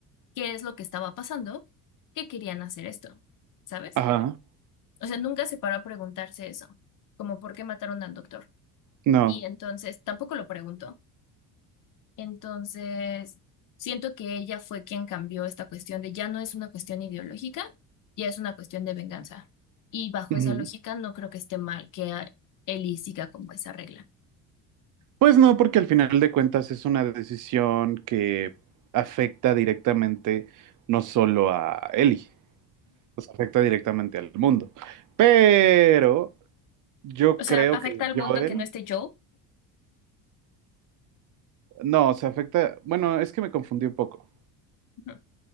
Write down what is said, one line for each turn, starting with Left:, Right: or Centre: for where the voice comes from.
Left: qué es lo que estaba pasando, que querían hacer esto, ¿sabes?
Right: Ajá.
Left: O sea, nunca se paró a preguntarse eso, como por qué mataron al doctor.
Right: No.
Left: Y entonces tampoco lo preguntó. Entonces, siento que ella fue quien cambió esta cuestión de ya no es una cuestión ideológica, ya es una cuestión de venganza. Y bajo
Right: Ujú.
Left: esa lógica no creo que esté mal que a- Ellie siga como esa regla.
Right: Pues no, porque al final de cuentas es una decisión que afecta directamente no solo a Eli, pues afecta directamente al mundo. Pero Yo
Left: O sea,
Right: creo
Left: afecta
Right: que
Left: al
Right: Joel,
Left: mundo que no esté Joel.
Right: no, se afecta, bueno, es que me confundí un poco.
Left: Ujú,